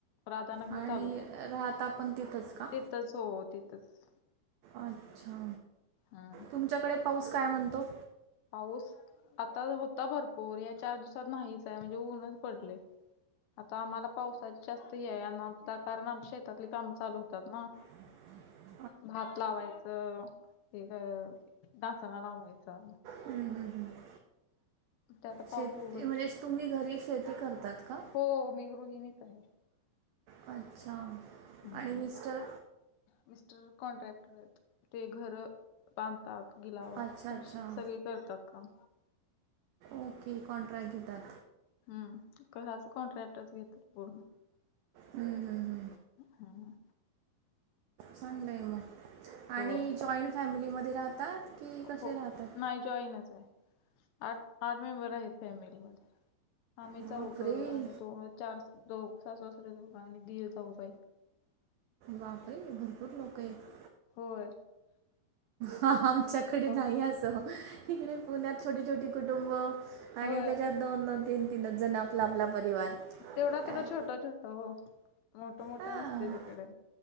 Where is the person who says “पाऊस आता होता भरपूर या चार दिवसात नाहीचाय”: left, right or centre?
Left